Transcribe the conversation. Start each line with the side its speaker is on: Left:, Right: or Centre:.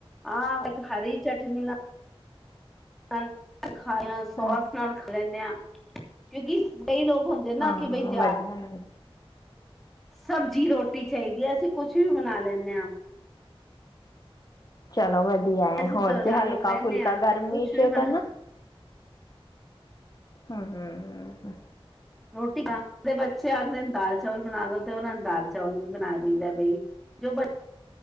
Centre: ਆਹ, ਇੱਕ ਹਰੀ ਚਟਨੀ ਨਾਲ ਖਾਇਆ ਸੋਸ
Left: ਹਮ
Centre: ਨਾਲ ਖਾ ਲੈਂਦੇ ਆਂ। ਕਿਉਂਕਿ ਕਈ ਲੋਕ ਹੁੰਦੇ ਨਾ
Left: ਹਾਂ
Centre: ਕਿ ਬਈ ਦਿਹਾ
Left: ਵਧੀਆ ਲੱਗ
Centre: ਸਬਜ਼ੀ ਰੋਟੀ ਚਾਹੀਦੀ ਹੈ, ਅਸੀਂ ਕੁਛ ਵੀ ਬਣਾ ਲੈਂਦੇ ਆਂ।
Left: ਚਲੋ ਵੱਧੀ ਵਧੀਆ
Centre: ਅਸੀਂ
Left: ਹੋਰ
Centre: ਦੋ
Left: ਕੀ
Centre: ਚਾਰ
Left: ਹਲਕਾ
Centre: ਲੋਕ ਰਹਿੰਦੇ
Left: ਫੁਲਕਾ
Centre: ਹਾਂ
Left: ਗਰਮੀ
Centre: ਤੇ ਕੁਛ ਵੀ
Left: ਚ ਤਾਂ
Centre: ਬਣਾ
Left: ਨਾ ਹੂੰ, ਹੂੰ, ਹੂੰ, ਹੂੰ
Centre: ਰੋਟੀ ਖਾਂਦੇ ਬੱਚੇ ਆਖਦੇ ਨੇ ਦਾਲ ਚਾਵਲ ਬਣਾਲੋ ਤੇ ਉਹਨਾਂ ਨੂੰ ਦਾਲ ਚਾਵਲ ਵੀ ਬਣਾ ਦਈਦਾ ਬਈ ਜੋ ਬੱਚ